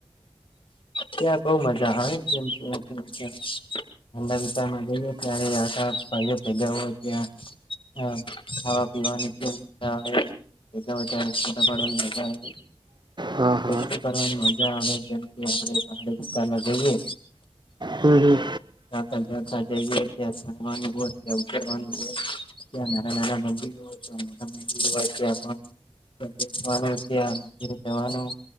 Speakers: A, on the left; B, on the right.
A: ત્યાં બહ મજા આવે કેમ ઠંડા વિસ્તારમાં જઈએ ત્યારે આખા ભાઈઓ ભેગા હો ત્યાં ખાવા પીવાનીા આવેા્યારેડવાનીજા આવે
B: હા હા
A: કરવાની જેમ કે આપણે પહાડી વિસ્તારમાં જઈએ
B: હમ હમ
A: ચાલતા જઈએ ત્યાંણવાનું હોય ત્યાં ઉતરવાનું હોય ત્યાં નાના નાના મંદિરો હોય ત્યાં મોટા મંદિરો હોય ત્યાં પણ્યાવાનું ત્યાં મંદિરે જવાનું